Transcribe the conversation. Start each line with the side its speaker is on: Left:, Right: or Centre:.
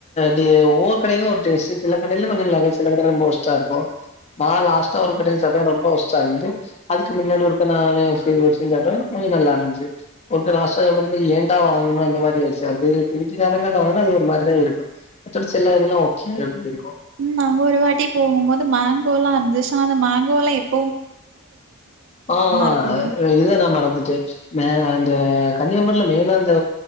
Left: டி ஒவ்வொரு கடயும் ஒரு டேஸ் சில கடயில கொஞ்சம் ல சில கடயில ரொம்ப ஒஷ்டா இருக்கும் நான் லாஸ்ட்டா ஒரு கட ரொம்ப ஒஸ்டா இருந்தது அதுக்கு முன்னாடி இருக்க நான <unintelligible> கொஞ்சம் நல்லா இருந்துச்சு ஒரு <unintelligible> ஏண்டா வாங்கனும் அந்த மாரி ஆயிடுச்சு அது இங்கிதான் கெட்ட வாங்கன அது ஒரு மாதிரி தான் இருக்கும் மத்தபடி செல்லாத எல்லாம் ஒக்கே அப்படின்னு இருக்கோம்
Right: ம் நாங்க ஒரு வாட்டி போகும்போது மேங்கோல்லாம் அந்துச் அந்த மேங்கோல எத்
Left: ஆஹ்
Right: இருக்குமா
Left: இது தான் நான் மறந்து டச் மேல அந்த கன்னியம்மன்ல மேல அந்த